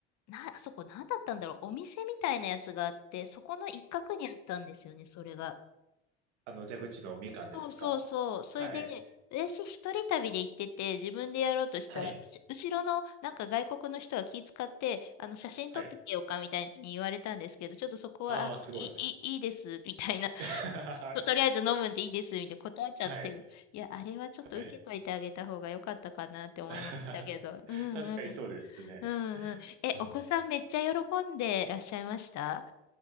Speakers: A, on the left; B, on the right.
A: な、あそこ何だったんだろう。お店みたいなやつがあって、そこの一角にあったんですよね、それが。
B: あの、蛇口のみかんですか。
A: そうそうそう。それで、
B: はい。
A: 私一人旅で行ってて、自分でやろうとしたら、
B: はい。
A: し後ろのなんか外国の人は気遣って、あの、写真撮ってけようかみたいに言われたんですけど、
B: はい。
A: ちょっとそこは、
B: ああ、
A: あいい、
B: すごい。<laughs>
A: いいいです、みたいな。<laughs>
B: は
A: と、とりあえず飲むんでいいです、みたいな断っちゃって、
B: い。
A: いや、あれはちょっと受けといてあげた方が良かったかなって思いましたけど。
B: はい。<laughs>
A: うんうん
B: 確かにそうですね。
A: うんうん。え、
B: うん。
A: お子さんめっちゃ喜んでらっしゃいました